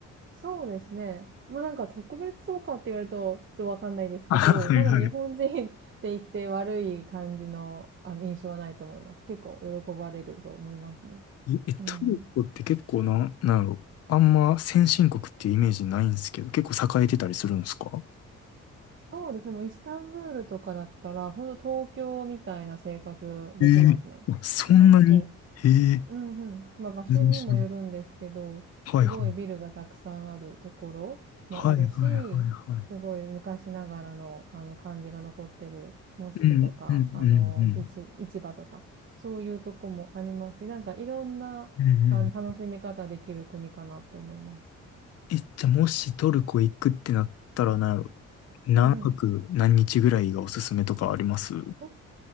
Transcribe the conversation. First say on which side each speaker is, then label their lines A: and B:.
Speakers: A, on the right; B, on the left.
A: そうですね。ま、あなんか特別そうかって言われると、ちょっとわかんないですけど、
B: あ、はいはい。
A: ま、あでも日本人 <laughs> って言って悪い感じの、あの、印象はないと思います。結構喜ばれると思いますね。
B: え、えトルコって結構な、
A: うんうん。
B: なんやろ。あんま先進国っていうイメージないんですけど、結構栄えてたりするんですか
A: そうですね、もうイスタンブールとかだったら、ほんと東京みたいな生活できますね。
B: ええあそんなにへえ、
A: あ、そう。うんうん。まあ場所にもよるんですけど、
B: 面白い。はいはい。
A: すごいビルがたくさんあるところもあるし、
B: はいはいはいはい。
A: すごい昔ながらのあの感じが残ってるモスクとか、
B: うん、うん、
A: あの、
B: うん、うん、
A: 市、市場とか、そういうとこもありますし、なんかいろんなあの楽しみ方できる国かなって思います。
B: うん、うん、うん、うん、え、じゃあもしトルコ行くってなったら、なんやろ、何泊何日ぐらいがおすすめとかあります
A: うんうん。え